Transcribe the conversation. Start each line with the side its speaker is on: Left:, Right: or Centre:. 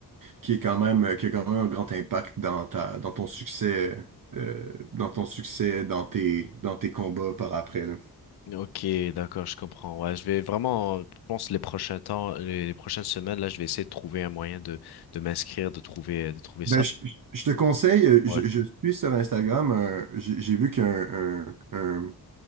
Right: qui est quand même, euh, qui a quand même un grand impact dans ta, dans ton succès, euh, dans ton succès, dans tes, dans tes combats par après, là.
Left: Ok, d'accord, je comprends. Ouais, je vais vraiment, je pense les prochains temps, les, les prochaines semaines, là, je vais essayer de trouver un moyen de, de m'inscrire, de trouver, de trouver
Right: Ben,
Left: ça.
Right: je, je- je te conseille, euh,
Left: Ouais.
Right: je, je suis sur Instagram, un- j'ai j'ai vu qu'il y a un, un- un-